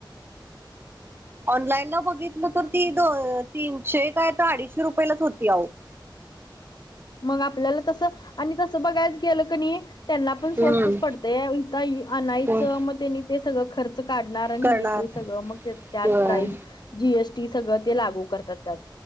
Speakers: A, on the right; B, on the left.
A: ऑनलाईन ला बघितलं तर ती, दो तीनशे काय तर अडीचशे रुपयेलाच होती आओ <inaudible>
B: मग आपल्याला तस आणि तसं बघायच गेलं क नी त्यांना पण स्वस्तच
A: हम्म,
B: पडतंय, इथ आणायचं
A: हम्म,
B: मग त्यांनी ते सगळं खर्च तेचं काढणार आणि
A: करणार
B: हे ते सगळं मग त्यात
A: होय.
B: प्राईज जीएसटी सगळं ते लागू करतात त्यात